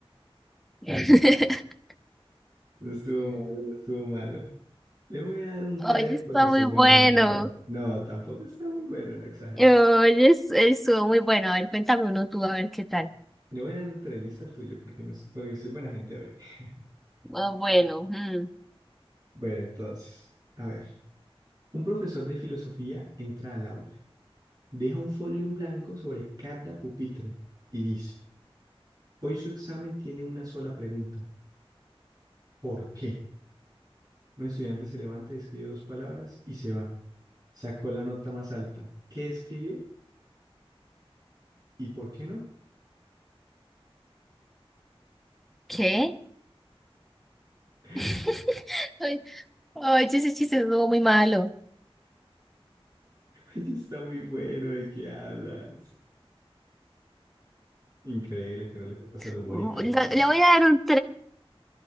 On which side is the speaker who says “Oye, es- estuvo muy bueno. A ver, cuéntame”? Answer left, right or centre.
Centre